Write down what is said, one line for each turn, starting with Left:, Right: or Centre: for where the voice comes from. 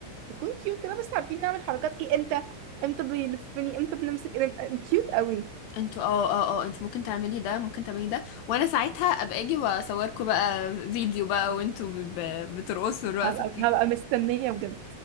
Right: تكون كيوت كده بس عارفين نعمل حركات ايه امتى امتى بيلفني امتى بنمسك إيه؟ كيوت قوي
Left: انتوا اه اه اه انت ممكن تعملي ده ممكن تعملي ده وانا ساعتها ابقى اجي واصوركم بقى فيديو بقى وانتوا ب- ب- بترقصوا الرقصه
Right: هبقى
Left: دي
Right: هبقى مستنية بجد